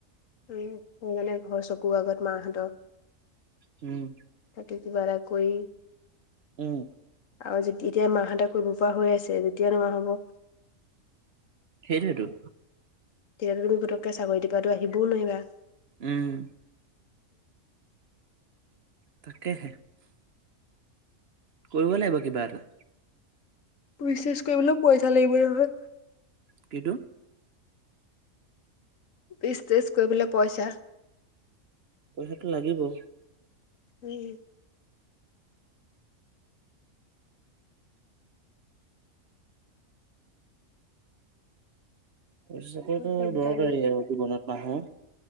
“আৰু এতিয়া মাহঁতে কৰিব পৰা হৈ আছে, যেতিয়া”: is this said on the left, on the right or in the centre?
Left